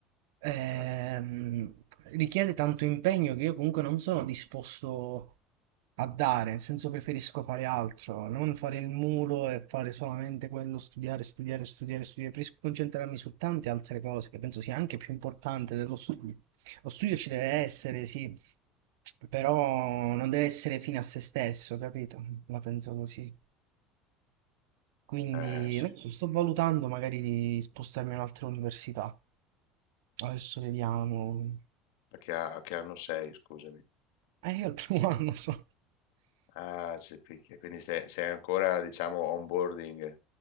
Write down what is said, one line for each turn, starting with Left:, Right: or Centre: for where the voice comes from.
Right: ehm,
Left: Eh,
Right: richiede tanto impegno che io comunque non sono disposto a dare, nel senso preferisco fare altro, non fare il mulo e fare solamente quello, studiare, studiare, studiare, studiare, preferisco concentrarmi su tante altre cose che penso sia anche più importante dello studio. Lo studio ci deve essere, sì, però non deve essere fine a se stesso, capito? La penso così. Quindi,
Left: eh, sì,
Right: non so, sto valutando magari di spostarmi in un'altra università. Adesso vediamo.
Left: perché, ha- che anno sei, scusami?
Right: Eh, io al primo <laughs> anno so.
Left: Ah, c'è il picchio. Quindi sei, sei ancora, diciamo, onboarding,